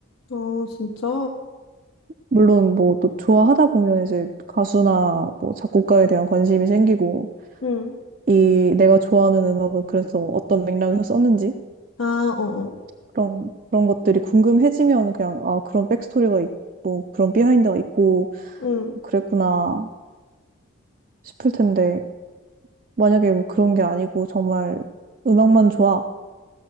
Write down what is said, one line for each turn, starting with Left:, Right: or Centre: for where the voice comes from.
Left: 아, 진짜?
Right: 물론 뭐 또 좋아하다 보면 이제 가수나 뭐 작곡가에 대한 관심이 생기고,
Left: 응.
Right: 이 내가 좋아하는 음악을 그래서 어떤 맥락에서 썼는지
Left: 아, 어어.
Right: 그런, 그런 것들이 궁금해지면 그냥, 아, 그런 백스토리가 있고, 그런 비하인드가 있고,
Left: 응,
Right: 그랬구나 싶을 텐데, 만약에 뭐 그런 게 아니고, 정말 음악만 좋아,